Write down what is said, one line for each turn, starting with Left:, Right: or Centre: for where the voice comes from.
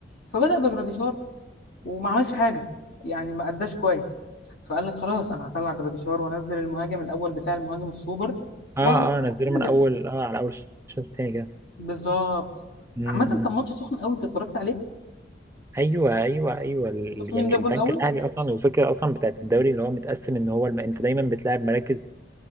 Left: فبدا بجراديشار وما عملش حاجه يعني ما اداش كويس فقال لك خلاص انا هطلع جراديشار وانزل المهاجم الاول بتاع المهاجم السوبر
Right: اه
Left: ونزل
Right: اه نزله من اول اه على اول الشوط التاني كده
Left: بالظبط
Right: امم
Left: عامه
Right: إمم.
Left: كان ماتش سخن قوي انت اتفرجت عليه
Right: ايوه ايوه ايوه ال-
Left: شفت مين
Right: يعني
Left: جاب
Right: البنك
Left: جون الاول
Right: الاهلي اصلا والفكره اصلا بتاعت الدوري اللي هو متقسم ان هو الم... انت دايما بتلعب مراكز